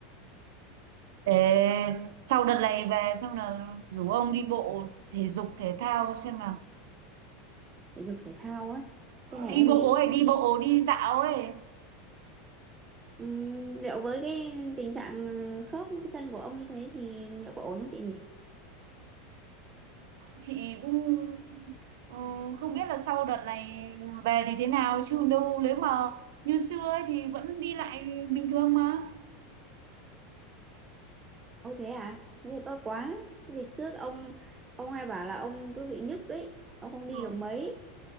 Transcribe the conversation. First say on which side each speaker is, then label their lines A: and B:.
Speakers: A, on the right; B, on the right.
A: Ê, sau đợt này về xong là rủ ông đi bộ thể dục thể thao xem nào
B: thể dục thể thao á cái này
A: đi
B: em
A: bộ
B: nghĩ
A: ấy đi bộ đi dạo ấy
B: Ừm, liệu với cái tình trạng ờ, khớp với cái chân của ông như thế thì liệu có ổn không chị nhỉ?
A: chị cũng ừ, không biết là sau đợt này về thì thế nào chứ đâu nếu mà như xưa ấy thì vẫn đi lại bình thường mà
B: Ô thế à? Thế thì tốt quá. Chứ dịp trước ông ông hay bảo là ông cứ bị nhức ấy, ông không đi
A: ừ,
B: được mấy.